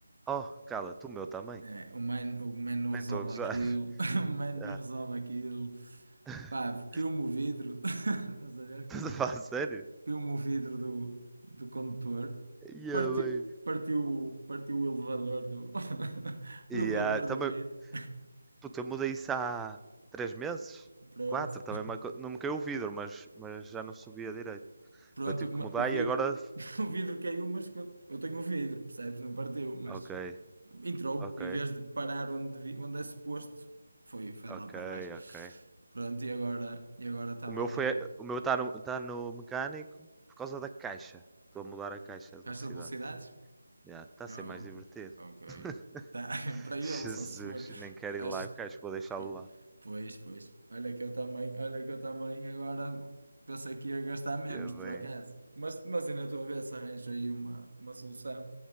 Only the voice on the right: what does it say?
É, o man, o man não
resolve
aquilo.
<laughs> O man não
resolve aquilo.
Pá, queimou o vidro. <laughs> Estás a ver?
Piu-me o vidro do, do condutor,
parti,
partiu, partiu o elevador do, <laughs>
o elevador
do vidro.
<laughs> Pronto.
Pronto,
ma-
o vidro,
<laughs> o vidro caiu, mas que eu, eu tenho o vidro, percebes? Não partiu, mas
entrou,
em vez de parar onde, devia- onde é suposto, foi, foi
lá para baixo.
Pronto, e agora, e agora estava
ali,
caixa
de velocidades?
Oh,
ok.
Tá, <laughs> para ele,
só se for.
Acho.
Po-
Pois, pois. Olha que eu também, olha que eu também agora pensei que ia gastar menos,
por
acaso. Mas, mas e na tua vez arranjo aí uma, uma solução.